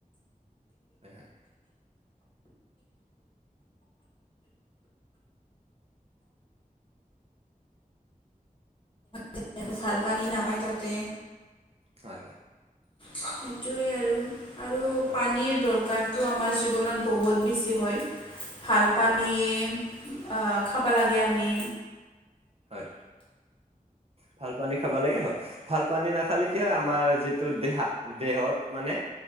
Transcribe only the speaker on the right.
হয়-হয়।
হয়-হয়।
হয়
হয়
হয়
হয়। ভাল পানী খাবা লাগে হয়। ভাল পানী নাখালে কি হয়, আমাৰ যিটো দেহা- দেহত মানে